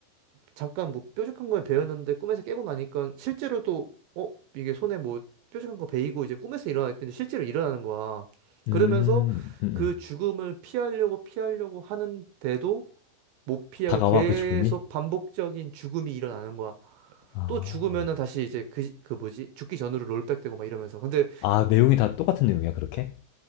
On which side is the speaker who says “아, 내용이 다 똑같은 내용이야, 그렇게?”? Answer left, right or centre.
Left